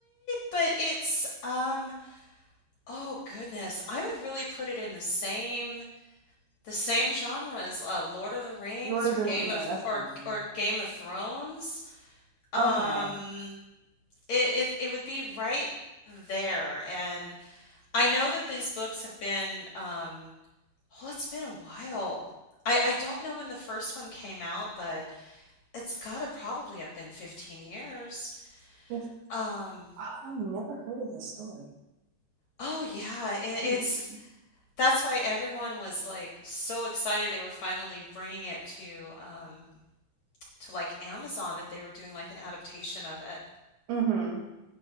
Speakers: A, on the left; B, on the right.
A: but it's um oh goodness, I would really put it in the same the same genre as uh, Lord of the Rings
B: Lord of
A: or
B: the
A: Game
B: Ring- yeah,
A: of
B: that's
A: or
B: not a young
A: or
B: adult.
A: Game of Thrones. Um,
B: Okay.
A: it it it would be right there, and I know that these books have been um oh it's been a while. I I don't know when the first one came out, but it's gotta probably have been 15 years.
B: Yes.
A: Um,
B: Wow, I've never heard of this story.
A: Oh yeah, and it's
B: I need to.
A: that's why everyone was like so excited they were finally bringing it to um to like Amazon that they were doing like an adaptation of it.
B: hmm